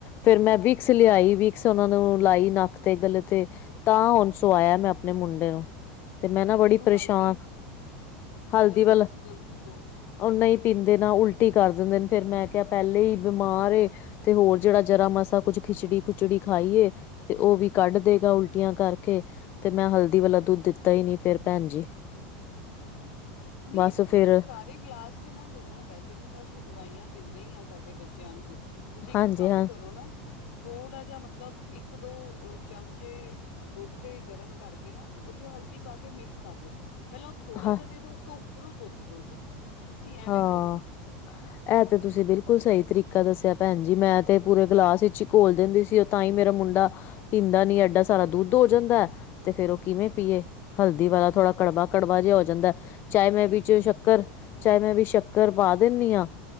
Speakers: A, on the left; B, on the left.
A: ਫੇਰ ਮੈਂ ਵਿਕਸ ਲਿਆਈ ਵਿਕਸ ਉਹਨਾ ਨੂੰ ਲਾਈ ਨੱਕ ਤੇ ਗਲਤ ਤੇ ਤਾਂ ਹੁਣ ਸਆਇਆ ਮੈਂ ਆਪਣੇ ਮੁੰਡੇ ਨੂੰ। ਤੇ ਮੈਂ
B: ਭੈਣ
A: ਨਾ ਬੜੀ
B: ਜੀ ਨੂੰ
A: ਪਰੇਸ਼ਾਨ,
B: ਹਲਦੀ
A: ਹਲਦੀ
B: ਦੁੱਧ
A: ਵਾਲਾ
B: ਜ਼ਰੂਰ ਦੋ।
A: ਉਹ ਨਹੀਂ ਪੀਂਦੇ ਨਾ ਉਲਟੀ ਕਰ ਦਿੰਦੇ ਨੇ, ਫੇਰ ਮੈਂ ਕਿਹਾ ਪਹਿਲੇ ਹੀ ਬਿਮਾਰ ਏ ਤੇ ਹੋਰ ਜਿਹੜਾ ਜਰਾ ਮਾਸਾ ਕੁੱਝ ਖਿਚੜੀ ਖੁਚੜੀ ਖਾਈਏ ਤੇ ਉਹ ਵੀ ਕੱਢ ਦੇ ਉਲਟੀਆਂ ਕਰਕੇ, ਤੇ ਮੈਂ ਹਲਦੀ ਵਾਲਾ ਦੁੱਧ ਦਿੱਤਾ ਹੀ ਨੀ ਫੇਿਰ ਭੈਣ ਜੀ।
B: ਨਹੀਂ
A: ਬਸ
B: ਤੁਸੀਂ
A: ਫੇਰ
B: ਸਾਰੇ ਗਲਾਸ ਬਚੇ ਨੂੰ ਨਾ ਦੋ ਨਾ, ਵੈਸੇ ਵੀ ਤਾਂ ਅਸੀਂ ਦਵਾਈਆਂ ਦਿੰਦੇ ਹੀ ਹਾਂ ਸਾਡੇ ਬੱਚਿਆਂ ਨੂੰ। ਤੁਸੀ ਇੱਕ
A: ਹਾਂਜੀ
B: ਕੰਮ
A: ਹਾਂ
B: ਕਰੋ ਨਾ, ਥੋੜਾ ਜਿਆ ਮਤਲਬ ਇੱਕ ਦੋ ਚਮਚੇ ਦੁੱਧ ਦੇ ਗਰਮ ਕਰਕੇ ਨਾ ਓ ਚ ਹਲਦੀ ਪਾ ਕੇ ਮਿਕਸ ਕਰ ਲੋ। ਪੈਲਾਂ ਓ ਥੋੜਾ
A: ਹਾਂ
B: ਜਿਆ ਦੇ ਦੋ, ਉਸ ਤੋ ਉੱਪਰੋ ਦੁੱਧ ਦੋ ਜੀ। ਤੁਸੀਂ ਐਵੇਂ
A: ਹਾਂ।
B: <inaudible>
A: ਐ ਤੇ ਤੁਸੀ ਬਿਲਕੁਲ ਸਈ ਤਰੀਕਾ ਦੱਸਿਆ ਭੈਨ ਜੀ ਮੈਂ ਤੇ ਪੂਰੇ ਗਲਾਸ ਇਚ ਈ ਘੋਲ ਦਿੰਦੀ ਸੀ ਤਾਂ ਈ ਮੇਰਾ ਮੁੰਡਾ ਪੀਂਦਾ ਨੀ ਐਡਾ ਸਾਰਾ ਦੁੱਧ ਹੋ ਜਾਂਦਾ ਐ। ਤੇ ਫੇਰ ਓ ਕਿਵੇਂ ਪੀਏ, ਹਲਦੀ ਵਾਲਾ ਥੋੜਾ ਕੜਵਾ- ਕੜਵਾ ਜੇਆ ਹੋ ਜਾਂਦਾ ਐ। ਚਾਇ ਮੈਂ
B: ਨਹੀਂ
A: ਵਿਚ ਸ਼ੱਕਰ, ਚਾਇ ਮੈ ਵੀ ਸ਼ੱਕਰ ਪਾ ਦੇਨੀ ਆਂ